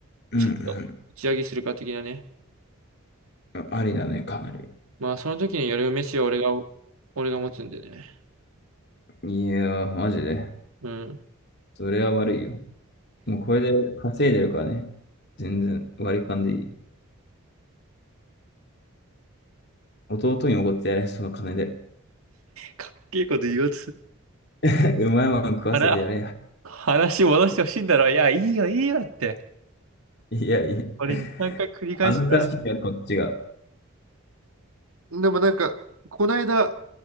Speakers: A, on the left; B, on the right.
A: うん、
B: ちょっと打ち上げするか的なね。
A: うん。ありだね、かなり。
B: まあ、その時に夜飯は俺が、俺が持つんでね。
A: いやー、マジで。
B: うん。
A: それは悪いよ。もうこれで稼いでるからね。全然割り勘でいいよ。弟におごってやれ、その金で。
B: かっけえことだ。
A: <laughs> うまいもん食わせてやれや。
B: あら、話戻してほしいんだろ。いや、いいよ、いいよって。
A: <laughs> いやいや。
B: これ2、3回繰り返したら。
A: 恥ずかしいや、こっちが。
B: でもなんか、こないだ